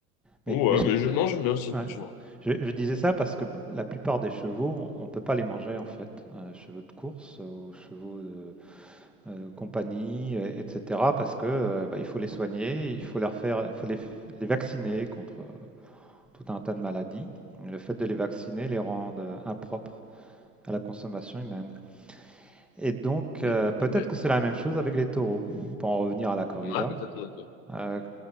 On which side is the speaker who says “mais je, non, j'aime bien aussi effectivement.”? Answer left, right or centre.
Left